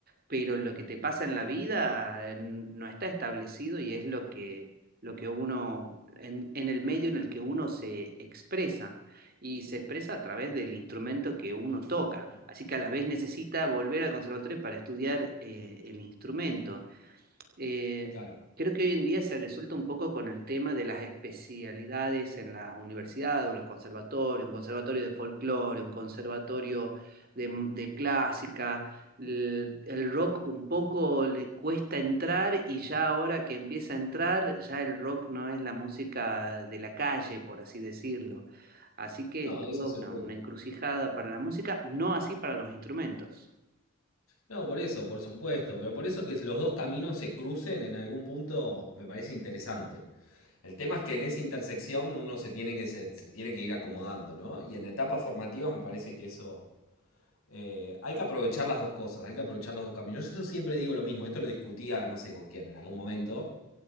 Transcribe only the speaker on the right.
pero lo que te pasa en la vida eh, no está establecido y es lo que, lo que uno, en en el medio en el que uno se expresa y se expresa a través del instrumento que uno toca. Así que a la vez necesita volver al conservatorio para estudiar eh, el instrumento. Eh,
creo que hoy en día se resulta un poco con el tema de las especialidades en las universidades o los conservatorios, un conservatorio de folclore, un conservatorio de, de clásica. El, el rock un poco le cuesta entrar y ya ahora que empieza a entrar, ya el rock no es la música de la calle, por así decirlo. Así que
es toda
una, una encrucijada para la música, no así para los instrumentos.